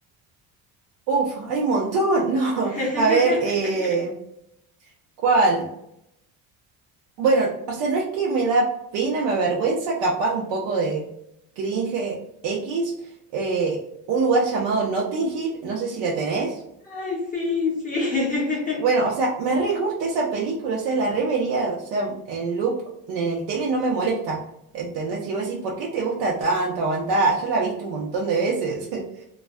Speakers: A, on the right; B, on the left.
A: Uf, hay un montón, <laughs> no.
B: <laughs>
A: A ver, eh, ¿cuál? Bueno, o sea, no es que me da pena, me avergüenza, capaz un poco de cringe X, eh, un lugar llamado Notting Hill, no sé si la tenés.
B: Ay, sí, sí. <laughs>
A: Bueno, o sea, me re gusta esa película, o sea, la revería, o sea, en loop, en el tele no me molesta, ¿entendés? Y vos decís, ¿por qué te gusta tanto? Aguantá, ya la viste un montón de veces. <laughs>